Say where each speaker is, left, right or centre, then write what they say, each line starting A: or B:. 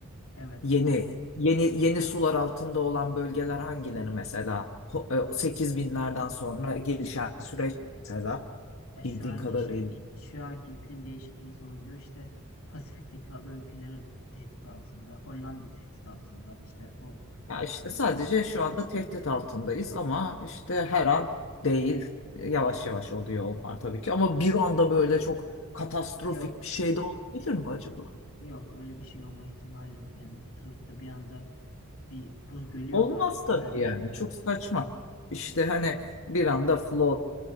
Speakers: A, on the left; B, on the left.
A: Evet.
B: Yeni yeni yeni sular altında olan bölgeler hangileri mesela? Ho- e, 8000'lerden sonra gelişen süreç mesela
A: Ya şu
B: bildiğin
A: anki
B: kadarıyla.
A: işte i- şu anki iklim değişikliği sonucu işte Pasifik'teki ada ülkeleri tehdit altında. Hollanda tehdit altında. İşte o
B: Ya işte
A: e,
B: sadece şu anda tehdit altındayız ama işte her an değil. E, Yavaş yavaş oluyor onlar tabii ki ama bir anda böyle çok katastrofik
A: yok
B: bir şey de olabilir mi acaba?
A: yok öyle bir şey olma ihtimali yok. Yani tutup da bir anda bir buz gölü yok
B: Olmaz
A: artık
B: tabii
A: o kadar
B: yani.
A: büyük.
B: Çok saçma. İşte hani bir
A: Tabii,
B: anda flood